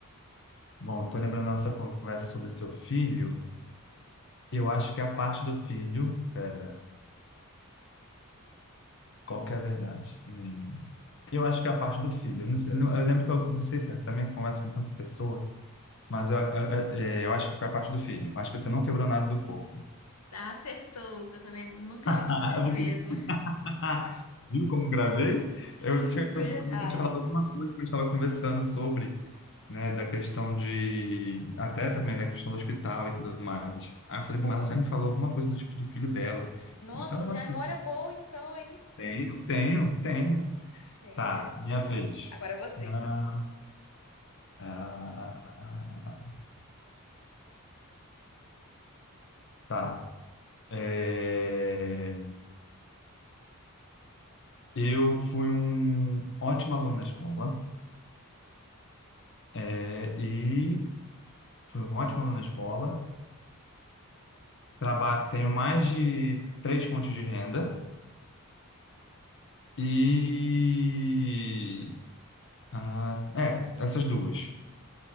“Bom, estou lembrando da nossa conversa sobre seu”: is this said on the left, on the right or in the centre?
Left